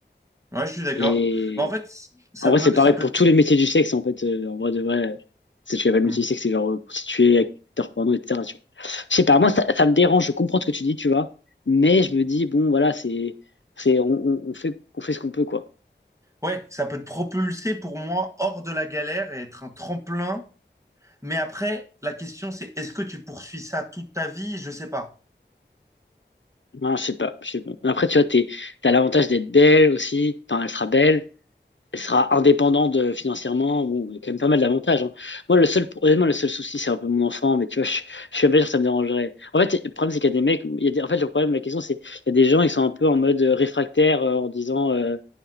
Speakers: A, on the right; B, on the left.
A: Ouais, je suis d'accord.
B: Et
A: Mais en fait, ça
B: en vrai,
A: peut,
B: c'est pareil
A: ça peut,
B: pour
A: te-
B: tous les métiers du sexe, en fait. euh, en vrai, de vrai, c'est tu appelles le
A: Hmm.
B: métier du sexe, c'est genre euh, prostituée, acteur porno, etc. Tu vois. Je sais pas, moi, ça, ça me dérange, je comprends ce que tu dis, tu vois. Mais je me dis, bon, voilà, c'est. c'est on, on, on fait, on fait ce qu'on peut, quoi.
A: ouais, ça peut te propulser pour moi hors de la galère et être un tremplin Mais après, la question, c'est est-ce que tu poursuis ça toute ta vie? Je sais pas.
B: Voilà, je sais pas, je sais pas. Mais Après, tu vois, t'es, t'as l'avantage d'être belle aussi. Enfin, elle sera belle. elle sera indépendante euh, financièrement. Bon, il y a quand même pas mal d'avantages. hein. Moi, le seul, honnêtement, le seul souci, c'est un peu mon enfant, mais tu vois, je, je suis même pas sûr que ça me dérangerait. En fait, le problème, c'est qu'il y a des mecs, il y a des- en fait, le problème, la question, c'est, il y a des gens, ils sont un peu en mode euh, réfractaire, euh, en disant, euh,